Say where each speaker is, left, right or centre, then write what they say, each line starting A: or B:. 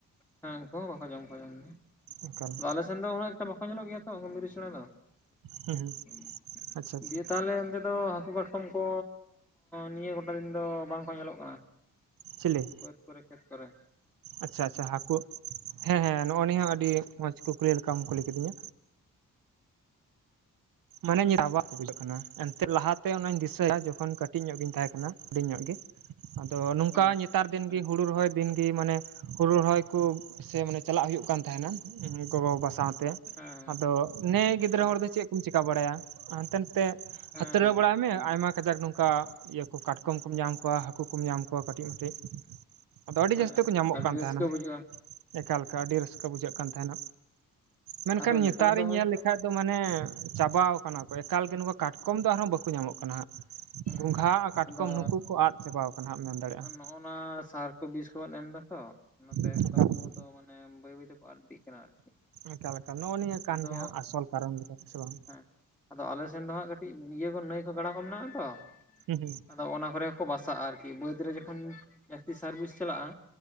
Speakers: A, in the centre; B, on the right.
A: ᱦᱮᱸ ᱩᱱᱠᱩ ᱦᱚᱸ ᱵᱟᱠᱚ ᱡᱚᱢ ᱠᱚᱣᱟ ᱡᱚᱢ ᱫᱚ
B: ᱮᱠᱟᱞ
A: ᱟᱫᱚ ᱟᱞᱮ ᱥᱮᱱ ᱫᱚ ᱩᱱᱟᱹᱜ ᱮᱠᱴᱟ ᱵᱟᱠᱚ ᱧᱮᱞᱚᱜ ᱜᱮᱭᱟ ᱛᱚ ᱩᱱᱠᱩ ᱢᱤᱨᱩ ᱪᱮᱬᱮ ᱫᱚ
B: ᱦᱩᱸ ᱦᱩᱸ
A: <inaudible>
B: ᱟᱪᱪᱷᱟ ᱟᱪᱪᱷᱟ
A: ᱫᱤᱭᱮ ᱛᱟᱦᱚᱞᱮ ᱚᱱᱛᱮ ᱫᱚ ᱦᱟᱹᱠᱩ ᱠᱟᱴ ᱠᱚᱢ ᱠᱚ ᱱᱤᱭᱟᱹ ᱜᱚᱴᱟ ᱫᱤᱱ ᱫᱚ ᱵᱟᱝ ᱠᱚ ᱧᱮᱞᱚᱜ ᱠᱟᱱᱟ
B: ᱪᱮᱞᱮ
A: ᱵᱟᱹᱫᱽ ᱠᱚᱨᱮ ᱠᱷᱮᱛ ᱠᱚᱨᱮ
B: ᱟᱪᱪᱷᱟ ᱟᱪᱪᱷᱟ ᱦᱟᱹᱠᱩ ᱦᱮᱸ ᱦᱮᱸ ᱱᱚᱜ-ᱚ ᱱᱤᱭᱟᱹ ᱦᱚᱸ ᱟᱹᱰᱤ ᱢᱚᱸᱡᱽ ᱠᱩᱠᱞᱤ ᱞᱮᱠᱟᱢ ᱠᱩᱞᱤ ᱠᱤᱫᱤᱧᱟ ᱢᱟᱱᱮ <inaudible> ᱠᱚ ᱵᱩᱡᱷᱟᱹᱜ ᱠᱟᱱᱟ ᱮᱱᱛᱮ ᱞᱟᱦᱟᱛᱮ ᱚᱱᱟᱧ ᱫᱤᱥᱟᱹᱭᱟ ᱡᱚᱠᱷᱚᱱ ᱠᱟᱹᱴᱤᱡ ᱧᱚᱜ ᱜᱤᱧ ᱛᱟᱦᱮᱸ ᱠᱟᱱᱟ ᱦᱩᱰᱤᱧ ᱧᱚᱜ ᱜᱮ ᱟᱫᱚ ᱱᱚᱝᱠᱟ
A: ᱦᱮᱸ
B: ᱱᱮᱛᱟᱨ ᱫᱤᱱᱜᱤ
A: ᱦᱮᱸ
B: ᱦᱩᱲᱩ ᱨᱚᱦᱚᱭ ᱫᱤᱱᱜᱤ ᱢᱟᱱᱮ ᱦᱩᱲᱩ ᱨᱚᱦᱚᱭ ᱠᱩ ᱥᱮ ᱢᱟᱱᱮ ᱪᱟᱞᱟᱜ ᱦᱩᱭᱩᱜ ᱠᱟᱱ ᱛᱟᱦᱮᱱᱟ ᱜᱚᱜᱚ ᱵᱟᱵᱟ ᱥᱟᱶᱛᱮ ᱛᱮ
A: ᱦᱮᱸ
B: ᱟᱫᱚ ᱱᱮ ᱜᱤᱫᱽᱨᱟᱹ
A: ᱦᱮᱸ
B: ᱦᱚᱲ
A: ᱦᱮᱸ
B: ᱫᱚ ᱪᱮᱫ ᱠᱚᱢ ᱪᱮᱠᱟ ᱵᱟᱲᱟᱭᱟ ᱦᱟᱱᱛᱮ ᱱᱟᱛᱮ
A: ᱦᱮᱸ
B: ᱦᱟᱸᱛᱲᱟᱹᱣ
A: ᱦᱮᱸ
B: ᱵᱟᱲᱟᱭ ᱢᱮ ᱟᱭᱢᱟ ᱠᱟᱡᱟᱠ ᱱᱚᱝᱠᱟ ᱤᱭᱟᱹ ᱠᱚ ᱠᱟᱴᱠᱚᱢ ᱠᱚᱢ ᱧᱟᱢ ᱠᱚᱣᱟ ᱦᱟᱹᱠᱩ ᱠᱚᱢ ᱧᱟᱢ ᱠᱚᱣᱟ ᱠᱟᱹᱴᱤᱡ ᱢᱟᱹᱴᱤᱡ ᱟᱫᱚ ᱟᱹᱰᱤ
A: ᱦᱮᱸ
B: ᱡᱟᱹᱥᱛᱤ ᱠᱚ ᱧᱟᱢᱚᱜ
A: ᱟᱹᱰᱤ
B: ᱠᱟᱱ
A: ᱨᱟᱹᱥᱠᱟᱹ
B: ᱛᱟᱦᱮᱱᱟ
A: ᱵᱩᱡᱷᱟᱹᱜᱼᱟ
B: ᱮᱠᱟᱞ ᱮᱠᱟᱞ ᱟᱹᱰᱤ ᱨᱟᱹᱥᱠᱟᱹ ᱵᱩᱡᱷᱟᱹᱜ ᱠᱟᱱ ᱛᱟᱦᱮᱱᱟ ᱢᱮᱱᱠᱷᱟᱱ
A: ᱟᱫᱚ
B: ᱱᱮᱛᱟᱨ
A: ᱫᱚ
B: ᱤᱧ
A: ᱦᱳᱭᱛᱳ
B: ᱧᱮᱞ ᱞᱮᱠᱷᱟᱡ ᱫᱚ ᱢᱟᱱᱮ ᱪᱟᱵᱟᱣ ᱠᱟᱱᱟ ᱠᱚ ᱮᱠᱟᱞ ᱜᱮ ᱱᱚᱝᱠᱟ ᱠᱟᱴᱠᱚᱢ ᱫᱚ ᱟᱨᱦᱚᱸ ᱵᱟᱠᱚ ᱧᱟᱢᱚᱜ ᱠᱟᱱᱟ ᱦᱟᱸᱜ
A: ᱦᱮᱸ
B: ᱜᱚᱝᱜᱷᱟ ᱟᱨ ᱠᱟᱴᱠᱚᱢ
A: ᱟᱫᱚ
B: ᱱᱩᱠᱩ ᱠᱚ ᱟᱫ ᱪᱟᱵᱟᱣ ᱠᱟᱱᱟ ᱦᱟᱸᱜ ᱢᱮᱱ ᱫᱟᱲᱮᱭᱟᱜᱼᱟ
A: ᱱᱚᱜ-ᱚ ᱱᱚᱣᱟ ᱥᱟᱨ ᱠᱚ ᱵᱤᱥ ᱠᱚᱵᱚᱱ ᱮᱢ ᱫᱟ ᱛᱚ ᱚᱱᱟ ᱛᱮ
B: ᱮᱠᱟᱞ
A: ᱦᱚᱭᱛᱚ ᱩᱱᱠᱩ
B: ᱞᱮᱠᱟ
A: ᱫᱚ ᱢᱟᱱᱮ ᱵᱟᱹᱭ ᱵᱟᱹᱭ ᱛᱮᱠᱚ ᱟᱫ ᱤᱫᱤᱜ ᱠᱟᱱᱟ ᱟᱨᱠᱤ
B: ᱮᱠᱟᱞ ᱮᱠᱟᱞ ᱱᱚᱜᱼᱚ ᱱᱤᱭᱟᱹ ᱠᱟᱱ
A: ᱟᱫᱚ
B: ᱜᱮᱭᱟ ᱦᱟᱸᱜ ᱟᱥᱚᱞ ᱠᱟᱨᱚᱱ ᱞᱮᱠᱟ ᱛᱮ ᱥᱮ ᱵᱟᱝ
A: ᱦᱮᱸ ᱟᱫᱚ ᱟᱞᱮ ᱥᱮᱱ ᱫᱚ ᱦᱟᱸᱜ ᱠᱟᱹᱴᱤᱡ ᱤᱭᱟᱹ ᱠᱚ ᱱᱟᱹᱭ ᱠᱚ ᱜᱟᱲᱟ ᱠᱚ ᱢᱮᱱᱟᱜᱼᱟ ᱛᱚ
B: ᱦᱩᱸ ᱦᱩᱸ
A: ᱟᱫᱚ ᱚᱱᱟ ᱠᱚᱨᱮ ᱜᱮ ᱠᱚ ᱵᱟᱥᱟᱜᱼᱟ ᱟᱨᱠᱤ ᱵᱟᱹᱫᱽ ᱨᱮ ᱡᱚᱠᱷᱚᱱ ᱡᱟᱹᱥᱛᱤ ᱥᱟᱨ ᱵᱤᱥ ᱪᱟᱞᱟᱜᱼᱟ